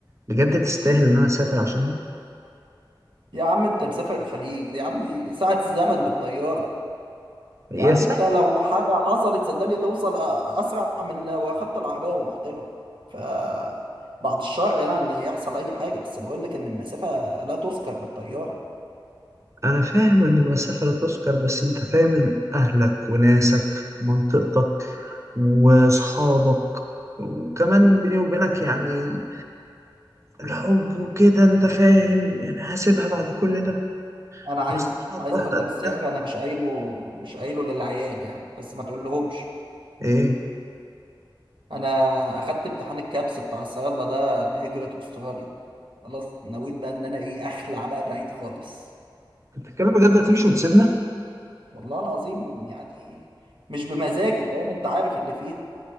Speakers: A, on the right (about 35°); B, on the right (about 80°).
A: بجد تستاهل إن أنا أسافر عشانها
B: يا عم انت مسافر الخليج دي يا عم دي ساعة زمن بالطيارة
A: يا
B: يعني
A: سلام
B: انت لو حاجة حصلت صدقني توصل أ- اسرع من لو اخدت العربية ورحت لهم ف بعد الشر يعني ان يحصل اي حاجة بس بقول لك ان المسافة لا تذكر بالطيارة
A: أنا فاهم إن المسافة لا تذكر بس أنت فاهم إن أهلك وناسك ومنطقتك وأصحابك وكمان بيني وبينك يعني الحب وكده أنت فاهم يعني هسيبها بعد كل ده
B: انا عايز
A: بس مش عارف
B: عايز
A: أروح
B: اقول
A: أتقدم
B: لك سر
A: لها
B: انا مش قايله مش قايله للعيال يعني بس ما تقولهمش
A: إيه؟
B: انا اخدت امتحان الكابس بتاع الصيادله ده لهجره استراليا خلاص نويت بقى ان انا ايه اخلع بقى بعيد خالص
A: أنت بتتكلم بجد هتمشي وتسيبنا؟
B: والله العظيم يعني مش بمزاجي فاهم انت عارف اللي فيها